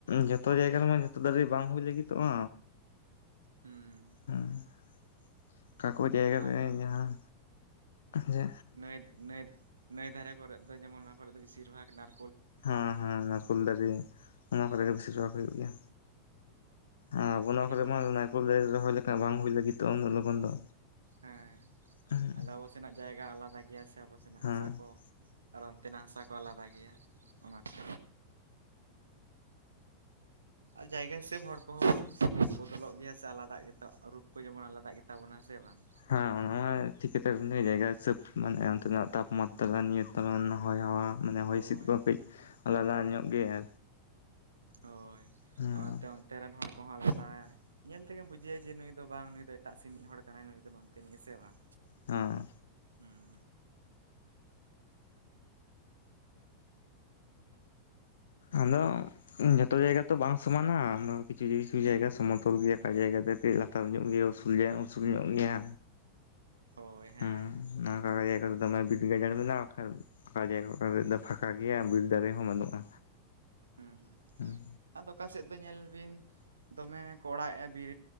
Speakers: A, on the left; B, on the right.
A: ᱡᱷᱚᱛᱚ ᱡᱟᱭᱜᱟ ᱨᱮᱢᱟ ᱡᱷᱚᱛᱚ ᱫᱟᱨᱮ ᱵᱟᱝ ᱦᱩᱭ ᱞᱟᱜᱤᱛᱚᱜᱼᱟ
B: ᱦᱩᱸ
A: ᱦᱮᱸᱚᱠᱟᱠᱚ ᱡᱟᱭᱜᱟ
B: ᱟᱨ
A: ᱨᱮ ᱡᱟᱦᱟᱸ ᱡᱮᱼᱼ
B: ᱱᱟᱹᱭ ᱱᱟᱹᱭ ᱱᱟᱹᱭ ᱫᱷᱟᱨᱮ ᱠᱚᱨᱮ ᱫᱚ ᱡᱮᱢᱚᱱ ᱱᱚᱣᱟ ᱠᱚᱨᱮ ᱫᱚ ᱵᱤᱥᱤᱨ ᱵᱷᱟᱜ ᱱᱟᱨᱼᱼ
A: ᱦᱮᱸ ᱦᱮᱸ ᱱᱟᱨᱠᱳᱞ ᱫᱟᱨᱮ ᱚᱱᱟ
B: ᱦᱮᱸ
A: ᱠᱚᱨᱮ ᱜᱮ ᱵᱤᱥᱤ ᱨᱚᱦᱚᱭ ᱦᱩᱭᱩᱜ ᱜᱮᱭᱟ ᱟᱵᱚ ᱱᱚᱣᱟ
B: ᱟᱫᱚ
A: ᱠᱚᱨᱮ
B: ᱡᱮᱢᱚᱱ
A: ᱢᱟ ᱚᱱᱟ ᱱᱟᱨᱠᱳᱞ ᱫᱟᱨᱮ ᱨᱚᱦᱚᱭ ᱞᱮᱠᱷᱟᱡ ᱵᱟᱝ ᱦᱩᱭ ᱞᱟᱹᱜᱤᱫᱚᱜᱼᱟ ᱩᱱᱟᱹᱜ ᱞᱚᱜᱚᱱ ᱫᱚ
B: ᱦᱮᱸ
A: ᱦᱮᱸ
B: ᱟᱫᱚ ᱟᱵᱚ ᱥᱮᱱᱟᱜ ᱡᱟᱭᱜᱟ ᱟᱞᱟᱫᱟ ᱜᱮᱭᱟ ᱥᱮ ᱟᱵᱚ ᱥᱮᱱᱟᱜ
A: ᱦᱮᱸ
B: ᱦᱟᱥᱟ ᱠᱚ ᱟᱨ ᱚᱱᱛᱮᱱᱟᱜ ᱦᱟᱥᱟ ᱠᱚ ᱟᱞᱟᱫᱟ ᱜᱮᱭᱟ ᱚᱱᱟᱛᱮ ᱟᱨ ᱡᱟᱭᱜᱟ ᱦᱤᱥᱟᱹᱵ ᱦᱚᱲ ᱠᱚᱦᱚᱸ ᱵᱚᱱ ᱵᱚᱫᱚᱞᱚᱜ ᱜᱮᱭᱟ ᱥᱮ ᱟᱞᱟᱫᱟ ᱜᱮᱛᱚ ᱨᱩᱯ ᱠᱚ ᱡᱮᱢᱚᱱ ᱟᱞᱟᱫᱟᱜ ᱜᱮᱛᱟ ᱵᱚᱱᱟ ᱥᱮ ᱵᱟᱝ
A: ᱦᱮᱸ ᱚᱱᱟ ᱢᱟ ᱴᱷᱤᱠ ᱠᱟᱛᱷᱟ ᱵᱤᱱ ᱞᱟᱹᱭᱟ
B: ᱦᱩᱸ
A: ᱡᱟᱭᱜᱟ ᱦᱤᱥᱟᱹᱵ ᱢᱟᱱᱮ ᱚᱱᱛᱮᱱᱟᱜ ᱛᱟᱯᱢᱟᱛᱨᱟ ᱱᱤᱭᱚᱱᱛᱨᱚᱱ ᱦᱚᱭ ᱦᱚᱸ ᱢᱟᱱᱮ ᱦᱚᱭ
B: ᱦᱳᱭ
A: ᱦᱤᱸᱥᱤᱫ ᱠᱚᱦᱚᱸ ᱠᱟᱹᱡᱼᱼ ᱟᱞᱟᱫᱟ ᱧᱚᱜ ᱜᱮᱭᱟ
B: ᱦᱳᱭ
A: ᱦᱮᱸ
B: ᱚᱱᱟᱛᱮ ᱛᱮ ᱨᱮᱱ ᱦᱚᱲ ᱠᱚᱦᱚᱸ ᱟᱞᱟᱫᱟ ᱧᱮᱞ ᱛᱮᱜᱮᱢ ᱵᱩᱡᱮᱭᱟ ᱡᱮ ᱱᱩᱭ ᱫᱚ ᱵᱟᱝ ᱱᱩᱭ ᱫᱚ ᱮᱴᱟᱜ ᱥᱮᱱᱤᱡ ᱦᱚᱲ ᱠᱟᱱᱟᱭ ᱱᱩᱭ ᱫᱚ ᱱᱚᱱᱛᱮᱱᱤᱡ ᱦᱮᱸᱥᱮ ᱵᱟᱝ
A: ᱦᱮᱸ
B: ᱦᱮᱸ
A: ᱟᱫᱚ ᱡᱚᱛᱚ ᱡᱟᱭᱜᱟ ᱛᱚ ᱵᱟᱝ ᱥᱚᱢᱚᱱᱟ ᱠᱤᱪᱷᱩ ᱠᱤᱪᱷᱩ ᱡᱟᱭᱜᱟ ᱥᱚᱢᱚᱛᱚᱞ ᱜᱮᱭᱟ ᱚᱠᱟ ᱡᱟᱭᱜᱟ ᱠᱟᱹᱡ ᱞᱟ ᱼᱼᱛᱟᱨ ᱧᱚᱜ ᱜᱮᱭᱟ ᱩᱥᱩᱞ ᱩᱥᱩᱞ ᱧᱚᱜ ᱜᱮᱭᱟ
B: ᱦᱳᱭ ᱦᱮᱸ
A: ᱦᱩ ᱱᱚᱣᱟ ᱠᱚ ᱡᱟᱭᱜᱟ ᱫᱚ ᱫᱚᱢᱮ ᱵᱤᱨ ᱜᱟᱡᱟᱲ ᱢᱮᱱᱟᱜᱼᱟ ᱠᱟ ᱯᱷᱟᱠᱟ ᱡᱟᱭᱜᱟ ᱠᱚᱨᱮ ᱫᱚ ᱯᱷᱟᱸᱠᱟ ᱜᱮᱭᱟ ᱵᱤᱨ ᱫᱟᱨᱮ ᱦᱚᱸ ᱵᱟᱹᱱᱩᱜ-ᱟ᱾
B: ᱦᱮᱸ
A: ᱦᱮᱸ
B: ᱟᱫᱚ ᱚᱠᱟ ᱥᱮᱫ ᱫᱚ ᱧᱮᱞ ᱵᱤᱱ ᱫᱚᱢᱮ ᱠᱚ ᱚᱲᱟᱜᱮᱫ-ᱟ ᱵᱤᱨ